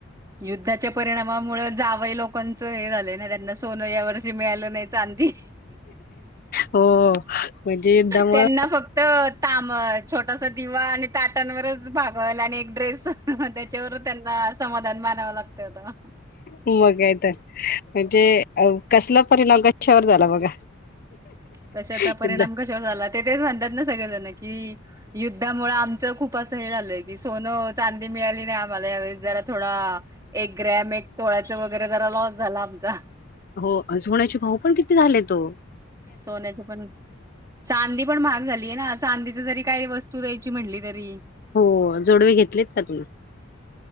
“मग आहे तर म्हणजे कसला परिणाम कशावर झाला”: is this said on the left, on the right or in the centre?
Left